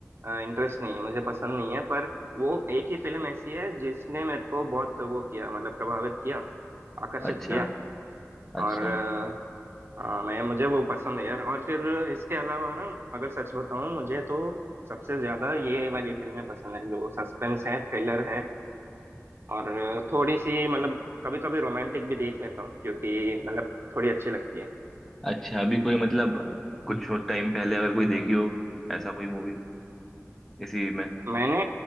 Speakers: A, on the right; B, in the centre.
A: इंटरेस्ट नहीं है मुझे पसंद नहीं है पर वो एक ही फिल्म ऐसी है जिसने मेरे को बहुत वो किया मतलब प्रभावित किया आकर्षित
B: अच्छा
A: किया
B: अच्छा
A: और अ, हाँ मैं मुझे वो पसंद है यार और फिर इसके अलावा ना अगर सच बताऊं मुझे तो सबसे ज्यादा ये वाली फिल्में पसंद है जो सस्पेंस है थ्रिलर है और थोड़ी सी मतलब कभी कभी रोमांटिक भी देख लेता हूँ क्योंकि मतलब थोड़ी अच्छी लगती है
B: अच्छा अभी कोई मतलब कुछ टाइम पहले अगर कोई देखी हो ऐसा कोई मूवी इसी में
A: मैंने